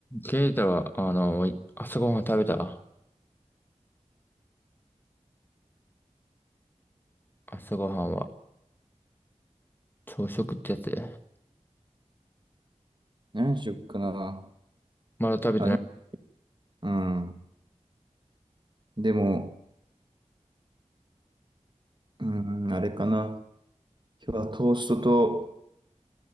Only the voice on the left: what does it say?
ケイタは、あの、い朝ごはん食べた朝ごはんは、朝食ってやつで。
まだ食べてない。